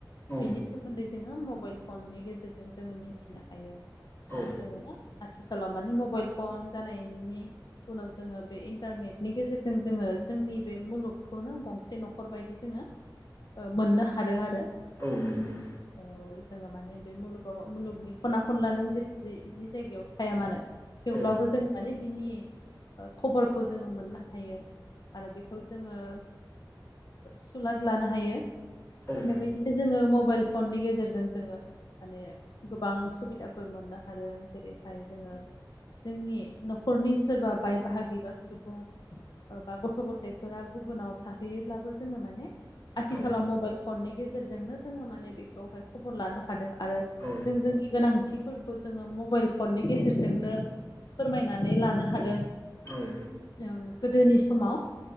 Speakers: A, on the left; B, on the left.
A: औ
B: बेनि सोमोन्दै जोङो मबाइल फननि गेजेरजों जोङो मिथिनो हायो
A: औ
B: दा जोङो आथिखालाव मानिे मबाइल फन जानायनि उनाव जोङो बे इन्टारनेटनि गेजेरजों जोङो जोंनि बे मुलुगखौनो गंसे न'खर फोरबायायदि जोङो मोननो हादों आरो
A: औ नंगौ
B: औ जोङो माने बे मुलुगाव मुलुगनि खना खनला नों जेसे जि जायगायाव थाया मानो थेवब्लाबो
A: औ
B: जों माने बिनि खबरखौ जोङो मोननो हायो आरो बेखौ जोङो सुलाद लानो हायो
A: औ
B: बेबायदिनो जोङो मबाइल फननि गेजेरजों जोङो माने गोबां सुबिदाफोर मोननो हादों जेरैहाय जोङो जोंनि न'खरनि सोरबा बाय बाहागि बा सुबुं बा गथ' गथायाइफोरा गुबुनाव थाहैयोब्लाबो जोङो माने आथिखालाव
A: औ
B: मबाइल फननि गेजेरजोंनो जोङो माने बेखौहाय खबर लानो हादों आरो
A: औ
B: जों जोंनि गोनांथिफोरखौ जोङो मबाइल फननि गेजेरजोंनो फोरमायनानै लानो हादों
A: औ
B: जों गोदोनि समाव